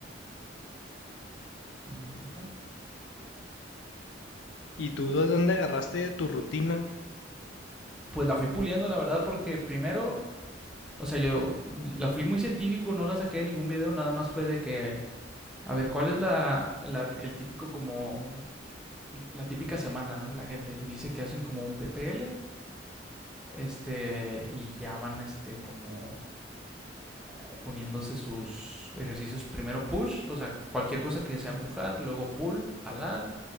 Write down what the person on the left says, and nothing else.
¿Y tú de dónde agarraste tu rutina?